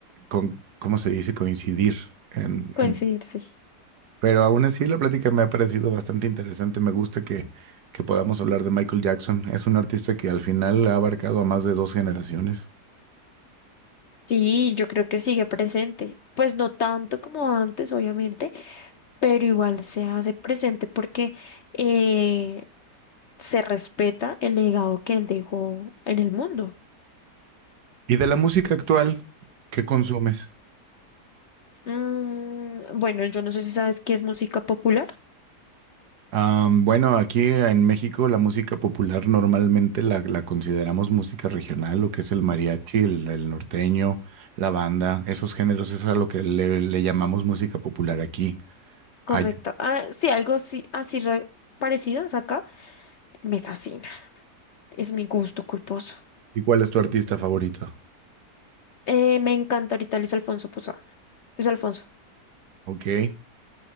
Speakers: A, on the right; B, on the left.
A: con- ¿cómo se dice? Coincidir. En,
B: Coincidirse.
A: en- pero aún así la plática me ha parecido bastante interesante. Me gusta que, que podamos hablar de Michael Jackson. Es un artista que al final ha abarcado a más de dos generaciones.
B: Sí, yo creo que sigue presente. Pues no tanto como antes, obviamente, pero igual se hace presente porque eh, se respeta el legado que él dejó en el mundo.
A: ¿Y de la música actual, qué consumes?
B: Mm, bueno, yo no sé si sabes qué es música popular.
A: Am, bueno, aquí en México la música popular normalmente la, la consideramos música regional, lo que es el mariachi, el, el norteño, la banda, esos géneros, eso es a lo que le, le llamamos música popular aquí. Ay,
B: Correcto. Ah, sí, algo sí, así re- parecido es acá. Me fascina. Es mi gusto culposo.
A: ¿y cuál es tu artista favorito?
B: Eh, me encanta ahorita Luis Alfonso Posada. Luis Alfonso.
A: Ok,